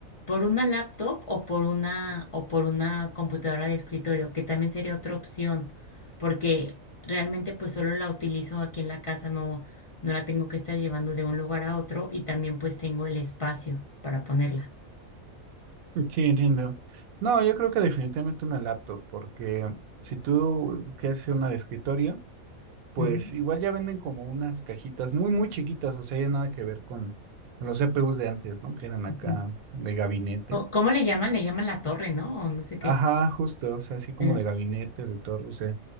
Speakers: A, on the left; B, on the right.
A: ¿Por una laptop o por una o por una computadora de escritorio? Que también sería otra opción, porque realmente pues solo la utilizo aquí en la casa, no, no la tengo que estar llevando de un lugar a otro y también pues tengo el espacio para ponerla.
B: Sí, entiendo. No, yo creo que definitivamente una laptop, porque si tú quieres una de escritorio, pues
A: Ujú,
B: igual ya venden como unas cajitas muy, muy chiquitas, o sea, ya nada que ver con los CPUs de antes, ¿no? Que eran acá
A: ujú.
B: de gabinete.
A: ¿Cómo cómo le llaman? Le llaman la torre, ¿no? O no sé qué.
B: Ajá, justo, o sea, así como
A: Sí.
B: de gabinete, de torre, o sea,